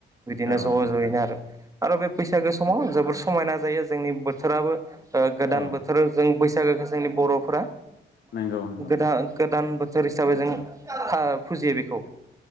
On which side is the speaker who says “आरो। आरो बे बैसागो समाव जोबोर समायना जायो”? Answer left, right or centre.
Right